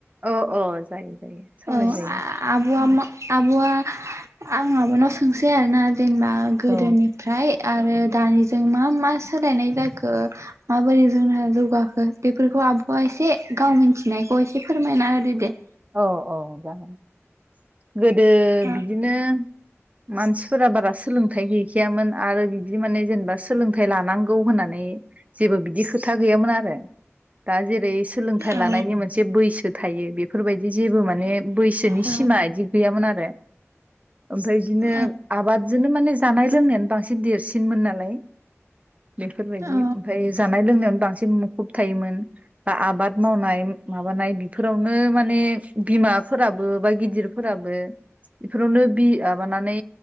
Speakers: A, on the right; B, on the right.
A: अ अ जायो। जायो सावराय
B: औ
A: जायो
B: आब आ मा आबआ आं आब' नाव सोंसै आरो ना जेनेबा गोदोनिफ्राय
A: औ
B: आरो दानिजों मा मा सोलायनाय जागोन? खो माबोरै जोंना जौगाखो बेफोरखौ आबआ एसे गाव मिन्थिनायखौ एसे फोरमायना होदो दे।
A: औ औ जागोन। गोदो
B: औ
A: बिदिनो मानसिफोरा बारा सोलोंथाइ गैखायामोन आरो बिदि माने जेनेबा सोलोंथाइ लानांगौ होननानै जेबो बिदि खोथा गैयामोन आरो दा जेरै सोलोंथाइ
B: औ
A: लानायनि मोनसे बैसो थायो बे बेफोरबायदि जेबो माने माने बैसोनि
B: औ
A: सिमा इदि गैयामोन आरो ओमफ्राय इदिनो
B: औ
A: आबादजोंनो माने जानाय लोंनायानो बांसिन देरसिनमोन नालाय। बेफोरबायदि
B: औ
A: ओमफाय जानाय लोंनायावनो बांसिन मुखुब थायोमोन बा आबाद मावनाय माबानाय बेफोरावनो ओ माने बिमा फोराबो बा‌ गिदिरफोराबो इफोरावनो बि ओ माबानानै